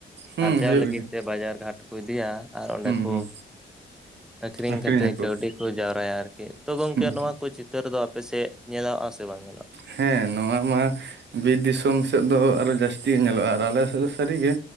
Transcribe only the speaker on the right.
ᱦᱩᱸ
ᱦᱩᱭᱩᱜ
ᱜᱮᱭᱟ
ᱦᱩᱸ
ᱦᱩᱸ
ᱟᱠᱷᱨᱤᱧᱟᱠᱚ
ᱦᱩᱸ᱾
ᱦᱮᱸ ᱱᱚᱣᱟ ᱢᱟ ᱵᱤᱨ ᱫᱤᱥᱚᱢ ᱥᱮᱫ ᱫᱚ ᱟᱨᱚ ᱡᱟᱹᱥᱛᱤ ᱜᱮ ᱧᱮᱞᱚᱜᱼᱟ ᱟᱨ ᱟᱞᱮ ᱥᱮᱫ ᱫᱚ ᱥᱟᱹᱨᱤ ᱜᱮ